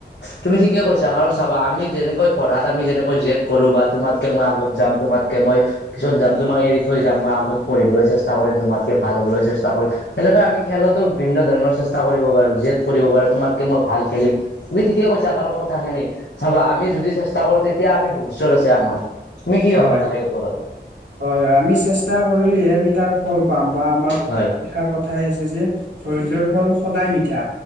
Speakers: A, on the left; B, on the right.
A: তুমি ঠিকে কৈছা কাৰণ চাবা আমি যেনেকৈ পঢ়াত আমি যেনেকৈ জেদ কৰোঁ বা তোমাতকে মই আগত যাম তোমাত কে মই পিছত যাম তোমাক এৰি থৈ যাম মই আগত পঢ়িবলৈ চেষ্টা কৰিম তোমাতকে ভাল হ'বলৈ চেষ্টা কৰিম। তেনেকে আমি খেলতো বিভিন্ন ধৰণৰ চেষ্টা কৰিব পাৰোঁ জেদয কৰিব পাৰোঁ তোমাতকে মই ভাল খেলিম। তুমি ঠিকেই কৈছা কাৰণ কথাখিনি, চাবা আমি যদি চেষ্টা কৰোঁ তেতিয়া আমি, ভৱিষ্যত আছে আমাৰ। তুমি কি
B: হয়
A: ভাবা তাৰে ওপৰত?
B: হয়, হয়, আমি চেষ্টা কৰিলেহ আমি তাৰ ফল পাম বা আমাৰ
A: হয়
B: ইষাৰ কথা কথাই আছে যে, ধৈৰ্য্যৰ ফল সদায় মিঠা,